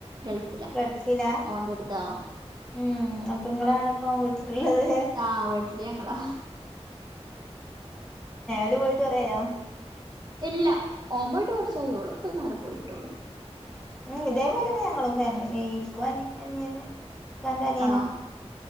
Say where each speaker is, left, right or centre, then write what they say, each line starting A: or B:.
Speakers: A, on the right (about 40°); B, in the centre.
A: ഗൾഫില
B: ഗൾഫിലാ
A: ഓന്റെ അടുത്ത്
B: ഉം അപ്പൊ ഇങ്ങളാണ് ഇപ്പ വീട്ടിലുള്ളത്
A: ആഹ് വീട്ടില് ഞങ്ങളാ
B: ല് പോയിട്ട് കൊറയായോ
A: ഇല്ല ഓ പോയിട്ട് കുർച്ചായി ഓള്പ്പന്നരെ പോയിട്ടോളൂ
B: ഉം ഇതേപോലെന്നെ ഞങ്ങളും ഫാമിലി ഇക്കു അനിയനന്റെ അനിയനും
A: ആഹ്